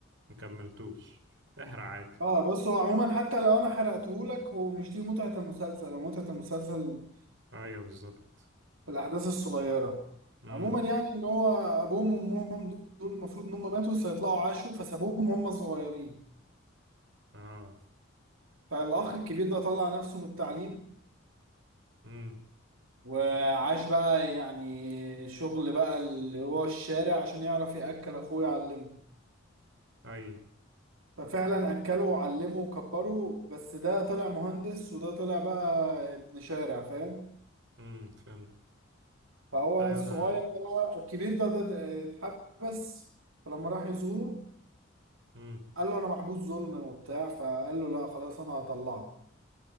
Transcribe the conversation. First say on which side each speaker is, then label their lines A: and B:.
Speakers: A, on the right; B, on the right.
A: مكملتوش احرق عادي
B: اه بص هو عموما حتى لو انا حرقتهولك هو مش دي متعة المسلسل هو متعة المسلسل
A: ايوه بالظبط
B: في الاحداث الصغيرة
A: امم
B: عموما يعني ان هو ابوهم وامهم دول المفروض ان هم ماتوا فيطلعوا عاشوا فسابوهم وهم صغيرين
A: اه
B: فالاخ الكبير ده طلع نفسه من التعليم
A: امم
B: وعاش بقى يعني شغل بقى اللي هو الشارع عشان يعرف يأكل اخوه يعلمه
A: اي
B: ففعلا اكله وعلمه وكبره بس ده طلع مهندس وده طلع بقى ابن شارع فاهم
A: امم فهمت
B: فهو
A: ايوه
B: الصغير
A: انا
B: ده بقى الكبير ده ده ده اتحبس فلما راح يزوره
A: امم
B: قال له انا محبوس ظلم وبتاع فقال له لا خلاص انا هطلعك